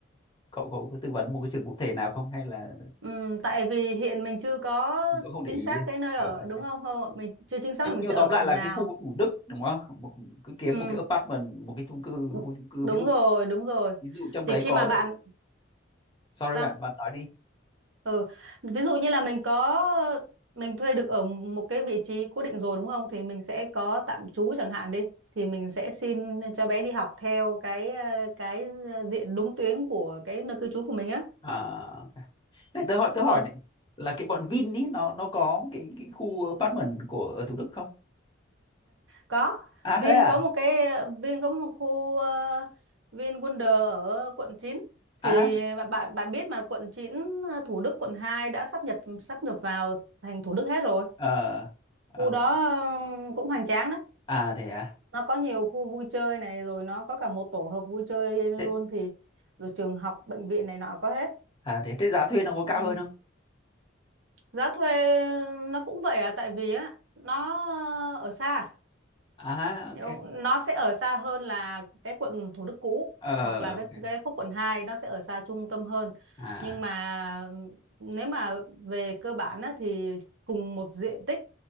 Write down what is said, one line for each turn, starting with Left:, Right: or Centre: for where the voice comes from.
Left: cậu cậu có tư vấn một cái trường cụ thể nào không hay là
Right: ừm, tại vì hiện mình chưa có
Left: cậu không để
Right: chính
Left: ý
Right: xác cái nơi
Left: Ờ,
Right: ở
Left: ok.
Right: đúng không? Không, mình chưa chính xác
Left: nhưng
Right: là mình
Left: nhưng
Right: sẽ
Left: tóm
Right: ở
Left: lại
Right: quận
Left: là
Right: nào.
Left: cái khu Thủ Đức đúng không? Một, cứ kiếm
Right: Ừ.
Left: một cái apartment, một cái chung cư,
Right: đ-
Left: khu chung cư
Right: Đúng
Left: ví dụ
Right: rồi, đúng rồi.
Left: ví dụ trong đấy
Right: Thì khi
Left: có
Right: mà bạn
Left: sorry
Right: sao
Left: bạn bạn nói đi.
Right: ừ ví dụ như là mình có mình thuê được ở một cái vị trí cố định rồi đúng không thì mình sẽ có tạm trú chẳng hạn đi thì mình sẽ xin cho bé đi học theo cái ờ, cái diện đúng tuyến của cái nơi cư trú của mình á
Left: À, ok. Này, tớ hỏi
Right: đúng
Left: tớ hỏi
Right: rồi
Left: này là cái bọn Vin ý nó nó có cái cái khu apartment của ở Thủ Đức không?
Right: có
Left: à
Right: Vin
Left: thế
Right: có
Left: à
Right: một cái Vin có một khu ờ, Vin Wonder ở quận chín,
Left: à
Right: thì bạn bạn bạn biết mà quận chín ờ, Thủ Đức quận 2 đã sắp nhập sắp nhập vào thành Thủ Đức hết rồi
Left: ờ
Right: khu
Left: ok
Right: đó ờ, cũng hoành tráng đó.
Left: à thế à
Right: nó có nhiều khu vui chơi này rồi nó có cả một tổ hợp vui chơi luôn
Left: thế,
Right: thì rồi trường học bệnh viện này nọ có hết
Left: à thế, à? thế giá thuê nó có
Right: ừ.
Left: cao hơn không
Right: giá thuê nó cũng vậy à tại vì á nó ở xa
Left: à ok
Right: hiểu không? nó sẽ ở xa hơn là cái quận Thủ Đức cũ
Left: ờ
Right: hoặc là cái
Left: ok
Right: cái khúc quận hai nó sẽ ở xa trung tâm hơn
Left: à
Right: nhưng mà nếu mà về cơ bản á, thì cùng một diện tích